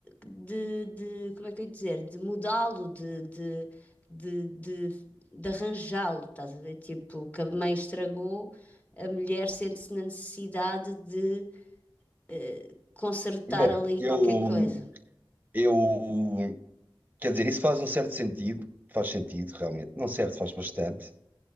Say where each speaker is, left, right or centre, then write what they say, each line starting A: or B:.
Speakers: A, on the left; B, on the right.
A: de, de, como é que eu ia dizer? De mudá-lo, de, de, de, de, de arranjá-lo, estás a ver? Tipo, o que a mãe estragou, a mulher sente-se na necessidade de, eh, consertar
B: Bom,
A: ali
B: eu,
A: qualquer coisa. <clears throat>
B: eu, quer dizer, isso faz um certo sentido, faz sentido, realmente, não certo, faz bastante,